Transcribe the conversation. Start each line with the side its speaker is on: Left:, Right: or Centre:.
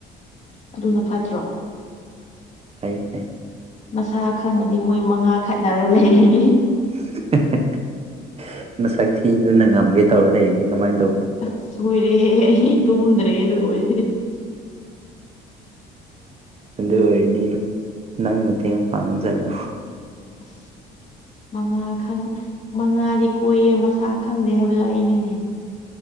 Left: ꯑꯗꯨꯅ ꯐꯠꯇ꯭ꯔꯣ
Right: ꯐꯩ ꯐꯩ
Left: ꯃꯁꯥ ꯈꯪꯉꯗꯤ ꯃꯣꯏ ꯃꯉꯥ ꯈꯠꯅꯔ ꯂꯩꯔꯅꯤ
Right: <unintelligible> ꯅꯁꯛ ꯊꯤꯕꯗꯨꯅ ꯉꯝꯒꯦ ꯇꯧꯔ ꯂꯩꯔꯗꯤ ꯀꯃꯥꯏꯟ ꯇꯧꯕ
Left: <unintelligible> ꯂꯣꯏꯔꯦ ꯑꯩ ꯇꯨꯝꯗ꯭ꯔꯦ ꯑꯗꯨ ꯑꯣꯏꯔꯗꯤ
Right: ꯑꯗꯨ ꯑꯣꯏꯗꯤ ꯅꯪ ꯃꯇꯦꯡ ꯄꯥꯡꯖꯜꯂꯣ
Left: <unintelligible> ꯃꯉꯥ ꯈꯪ ꯃꯉꯥꯗꯤ ꯀꯣꯏꯌꯦ ꯃꯁꯥ ꯈꯪꯗꯦ ꯍꯥꯏꯕꯗꯣ ꯑꯩꯅꯤꯅꯦ